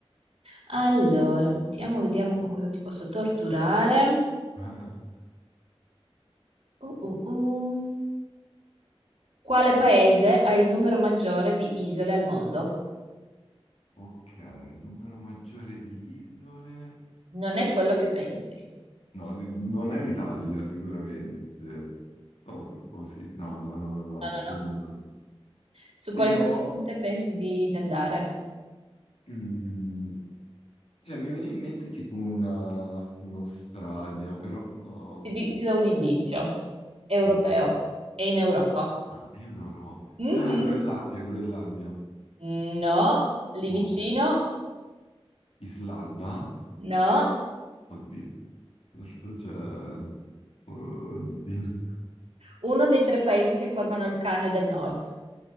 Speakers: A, on the right; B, on the left.
A: Allora, vediamo, vediamo con cosa ti posso torturare.
B: <laughs>
A: Uh, uh, uh. Quale paese ha il numero maggiore di isole al mondo?
B: Ok, un numero maggiore di isole...
A: Non è quello che pensi.
B: No, di- non è l'Italia sicuramente. No, o sì, no, no, no, no, no,
A: No, no,
B: secondo
A: no. no.
B: me.
A: Su
B: Però,
A: quale continente pensi di, di andare?
B: mm, cioè, mi viene in mente tipo una, un'Australia, però...
A: Ti, di- ti do un indizio. Europeo.
B: Mhm.
A: È in Europa.
B: Ah, è un'Europa.
A: Mhm.
B: Ah, la Groenlandia, Groenlandia.
A: No, lì
B: No,
A: vicino.
B: Islanda?
A: No.
B: Oddio. Tra l'altro c'è... Oddio.
A: Uno dei tre paesi che formano il cane del nord.